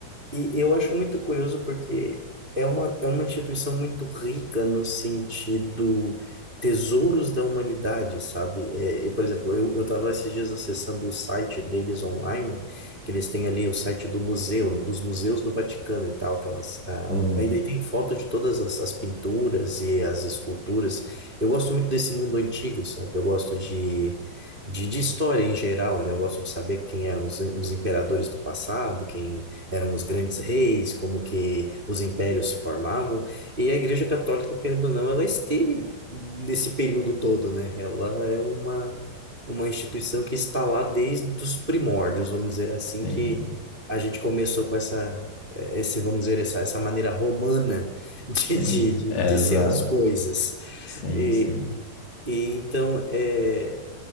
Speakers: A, on the right (about 15°); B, on the left (about 75°).
A: e eu acho muito curioso porque é uma, é uma instituição muito rica no sentido tesouros da humanidade, sabe? É, eu, por exemplo, eu, eu estava esses dias acessando o site deles online, que eles têm ali o site do museu, dos museus do Vaticano e tal, aquelas, ah,
B: hum,
A: onde, aí daí tem foto de todas as, as pinturas e as esculturas. Eu gosto muito desse mundo antigo, sabe? Eu gosto de de, de história em geral, né? Eu gosto de saber quem eram os, os imperadores do passado, quem, eram os grandes reis, como que os impérios se formavam, e a Igreja Católica, querendo ou não, ela esteve nesse período todo, né? Ela é uma, uma instituição que está lá desde os primórdios, vamos dizer assim,
B: sim,
A: que a gente começou com essa, eh, esse, vamos dizer, essa, essa maneira romana de,
B: sim,
A: de,
B: é,
A: de, de
B: exato.
A: ser as coisas.
B: Sim,
A: E,
B: sim.
A: e então, é,